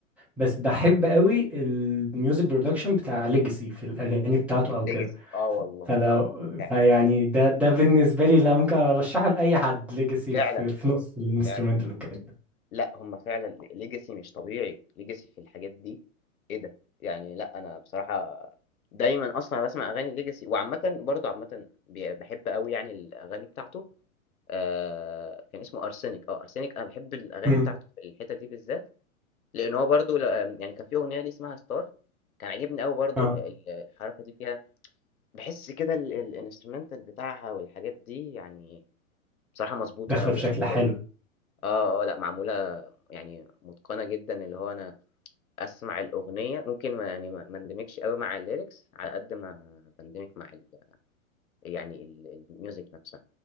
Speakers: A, in the centre; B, on the left (about 85°).
A: بس بحب قوي الميوزك برودكشن بتاع ليجاسي في الاغاني بتاعته او
B: legacy
A: كده
B: آه والله،
A: فلو
B: آه فعلًا،
A: فيعني ده ده بالنسبه لي لا ممكن ارشحه لاي حد ليجاسي
B: فعلًا،
A: في, في نص الانسترومنتال
B: فعلًا،
A: وكده
B: لأ هم فعلًا legacy مش طبيعي، legacy في الحاجات دي إيه ده! يعني لأ أنا بصراحة دايمًا أصلًا أنا باسمع أغاني legacy وعامةً برضه عامةً ب باحب أوي يعني الأغاني بتاعته. آه، كان اسمه ارسنك اه ارسنك انا بحب الاغاني
A: امم
B: بتاعته في الحته دي بالذات لان هو برضو ل- آم، يعني كان في اغنيه ليه اسمها ستار كان عاجبني قوي برضو
A: اه
B: ال- ال- الحركه دي فيها بحس كده الانسترومنتال بتاعها والحاجات دي يعني بصراحه مظبوطه
A: داخله
B: قوي
A: بشكل
B: يعني
A: حلو
B: بجد اه اه لا معموله يعني متقنه جدا اللي هو انا اسمع الاغنيه ممكن ما يعني ما ما اندمجش قوي مع الليركس على قد ما بندمج مع ال يعني ال- الميوزك نفسها